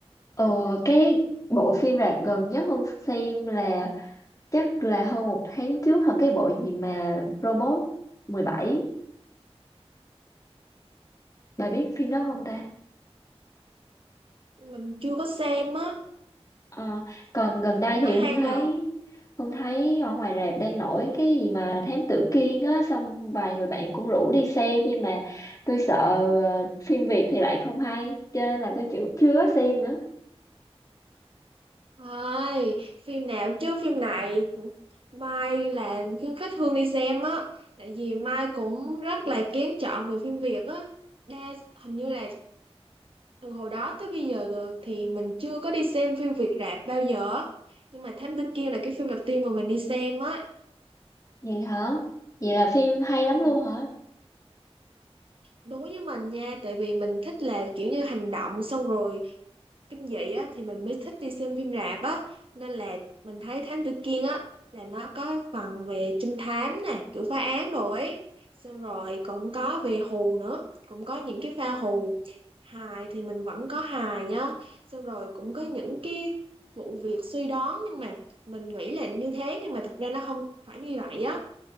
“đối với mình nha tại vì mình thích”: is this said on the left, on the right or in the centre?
Right